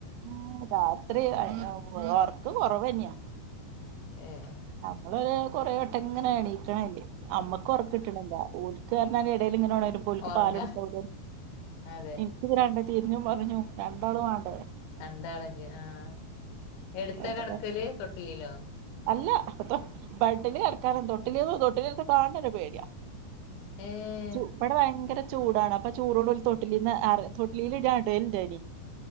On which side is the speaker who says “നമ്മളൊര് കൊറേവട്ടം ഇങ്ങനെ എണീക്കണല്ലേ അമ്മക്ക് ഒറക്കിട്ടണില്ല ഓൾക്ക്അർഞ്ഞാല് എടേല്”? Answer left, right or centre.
Right